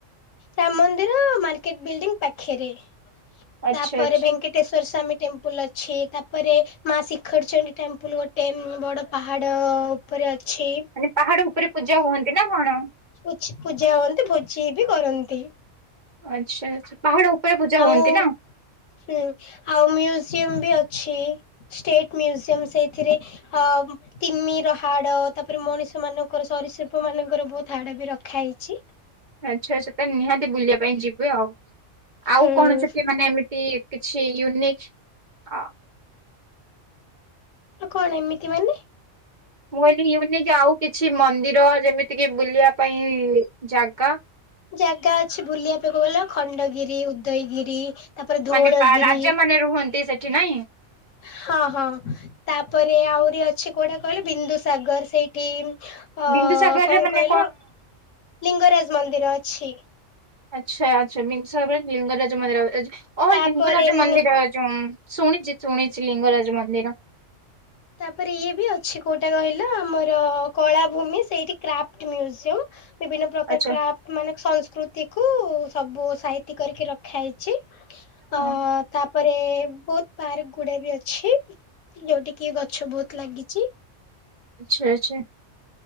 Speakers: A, on the left (about 80°); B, on the right (about 45°).
A: ରାମ ମନ୍ଦିର ମାର୍କେଟ ବିଲ୍ଡିଂ ପାଖେରେ ତାପରେ
B: ଆଚ୍ଛା ଆଚ୍ଛା।
A: ଭେଙ୍କେଟ୍ ଟେଶ୍ୱରୀ ସ୍ୱାମୀ ଟେମ୍ପୁଲ୍ ଅଛି ତାପରେ ମା ଶିଖରଚଣ୍ଡୀ ଟେମ୍ପୁଲୁ ଗୋଟେ ବଡ଼ ପାହାଡ଼। ଉପରେ ଅଛି।
B: ମାନେ ପାହାଡ ଉପରେ ପୂଜା ହୁଅନ୍ତି ନା କଣ?
A: ପୂଛି ପୂଜା ହୁଅନ୍ତି ଭୋଜି ବି କରନ୍ତି।
B: ଆଚ୍ଛା ଆଚ୍ଛା ପାହାଡ ଉପରେ ପୂଜା
A: ଆଉ
B: ହୁଅନ୍ତି ନା?
A: ହୁଁ ଆଉ ମ୍ୟୁଜିୟମ ବି ଅଛି ଷ୍ଟେଟ ମ୍ୟୁଜିୟମ ସେଇଥିରେ। ହମ୍ ତିମିର ହାଡ ତାପରେ ମଣିଷ ମାନଙ୍କର ସରୀସୃପ ମାନଙ୍କର ବହୁତ୍ ହାଡ ବି ରଖା ହେଇଚି।
B: ଆଚ୍ଛା ଆଚ୍ଛା ତାହେଲେ ନିହାତି ବୁଲିବା ପାଇଁ ଯିବେ ଆଉ ଆଉ
A: ହୁଁ।
B: କଣ ସେଠି ମାନେ ଏମିତି। କିଛି ୟୁନିକ୍। ଆ
A: କଣ ଏମିତି ମାନେ।
B: ମୁଁ କହିଲିକି ୟୁନିକ୍ ଯାଉ କିଛି ମନ୍ଦିର ଯେମିତିକିି ବୁଲିବା ପାଇଁ ଜାଗା।
A: ଜାଗା ଅଛି ବୁଲିବା ପାଇଁକୁ କହିଲ ଖଣ୍ଡଗିରି ଉଦୟଗିରି। ତାପରେ ଧଉଳଗିରି
B: ମାନେ ପାରା ରାଜା ମାନେ ରୁହନ୍ତି ସେଠି ନାଇଁ?
A: ହଁ ହଁ ତାପରେ ଆହୁରି ଅଛି କୋଉଟା କହିଲ ବିନ୍ଦୁସାଗର ସେଇ ଟିମ୍ ଅ
B: ବିନ୍ଦୁସାଗରରେ
A: କଣ
B: ମାନେ
A: କହିଲ ଲିଙ୍ଗରାଜ ମନ୍ଦିର ଅଛି।
B: ଆଚ୍ଛା ଆଚ୍ଛା ବିଂଶରେ ଲିଙ୍ଗରାଜ ମନ୍ଦିର ଏଜ ଓହୋ
A: ତାପରେ
B: ଲିଙ୍ଗରାଜ ମନ୍ଦିର
A: ଉଁ
B: ଚମ୍ ଶୁଣିଚି ଶୁଣିଚି ଲିଙ୍ଗରାଜ ମନ୍ଦିର।
A: ତାପରେ ଇଏ ବି ଅଛି କୋଉଟା କହିଲ ଆମର କଳାଭୂମି ସେଇଠି କ୍ରାଫ୍ଟ ମ୍ୟୁଜିୟମ। ବିଭିନ୍ନ ପ୍ରକାର
B: ଆଚ୍ଛା
A: କ୍ରାପ ମାନେ ସଂସ୍କୃତିକୁ ସବୁ ସାଇତି କରିକି ରଖା ହେଇଚି। ଅ
B: ହଁ
A: ତାପରେ ବହୁତ୍ ପାର୍କ ଗୁଡା ବି ଅଛି ଯୋଉଠି। କି ଗଛ ବହୁତ ଲାଗିଚି।
B: ଆଛା ଆଛା,